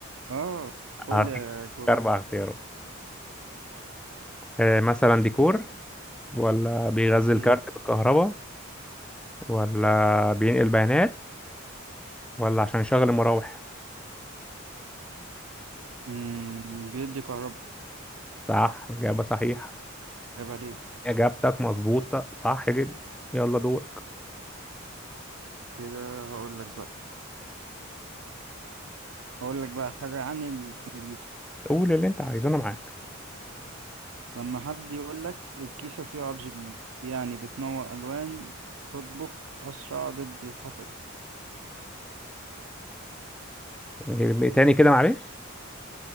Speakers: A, on the right (about 75°); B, in the centre.
A: اه قول
B: هديك
A: لي يا جوب
B: اربع اختيارات آه، مثلا ديكور ولا بيغذي
A: أمم،
B: الكارت بالكهرباء ولا بينقل بيانات ولا عشان يشغل المراوح
A: أمم، بيدي كهرباء
B: صح إجابة صحيحة
A: عيب عليك
B: إجابتك مظبوطة صح جدا يلا دورك
A: كده هقول لك بقى هقول لك بقى حاجة عن الكمبيوتر
B: قول اللي أنت عايزه أنا معاك
A: لما حد يقول لك الكيسة فيها ار جي بي يعني بتنور ألوان بتطبخ أسرع ضد الحسد
B: إيه، تاني كده معلش